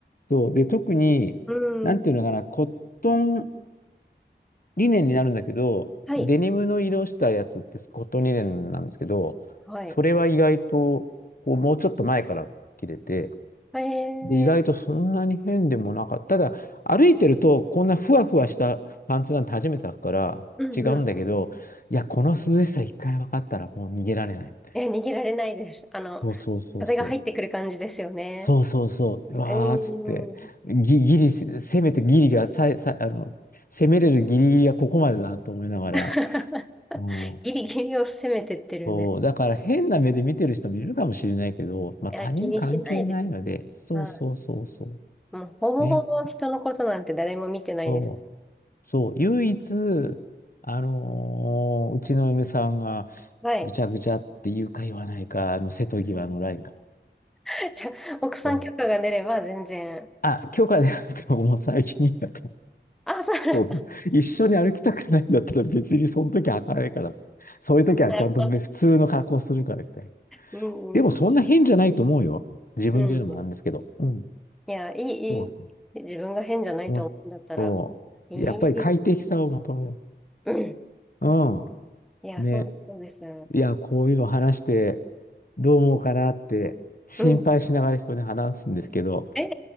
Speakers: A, on the left (about 50°); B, in the centre.
A: そう。で、特に、
B: うん。
A: なんていうのかな、コットンリネンになるんだけど、
B: はい。
A: デニムの色したやつってコットンリネンなんですけど、
B: はい。
A: それは意外と、こう、もうちょっと前から着れて、
B: え
A: で意外とそんなに変でもなかった。
B: ー、
A: ただ、歩いてると、こんなふわふわしたパンツなんて初めて履くから違うんだけど、
B: うん。うん
A: いや、この涼しさ一回分かったらもう逃げられないみたいな。
B: え、逃げられないです。あの、
A: そうそうそうそう。
B: 風が入ってくる感じですよね。
A: そうそうそう。うわーっつって、
B: うん。
A: ギ、ギリ、せめてギリがささあの、攻めれるギリギリがここまでだなと思いながら、
B: <laughs>
A: うん。
B: ギリギリを攻めてってるんです。
A: そう、だから変な目で見てる人もいるかもしれないけど、まあ他人関係ないので、
B: いや、気にしないです。
A: そうそうそうそ
B: はい。もう、ほぼほぼ人のことなんて誰も見てないです。
A: う。ね。そうそう、唯一、あのーうちの嫁さんが、
B: はい。
A: ぐちゃぐちゃって言うか言わないか、あの、瀬戸際のラインが。
B: <laughs> じゃあ、奥さん許可が出れば全然。
A: そう。あ、許可でなくてももう最近やと。
B: あ、そうなる
A: う一緒に歩きたくないんだったら別にその時は履かないから。そういう時はちゃんと普通の格好するからみたいな。
B: ほど。うんうん
A: でもそんな変じゃないと思うよ。自分で言うのもなんですけど。
B: うん。うん。
A: うん。
B: いや、いい、
A: そう。
B: いい。自分が変じゃないと思うんだったら、
A: うんそう。
B: いい。
A: やっぱり快適さを求めよ
B: うん。
A: う。う
B: いや、
A: ん。ね。
B: そうです、そうです。
A: いや、こういうの話してどう思うかなって心配しながら人に話すんですけど、
B: うん。え、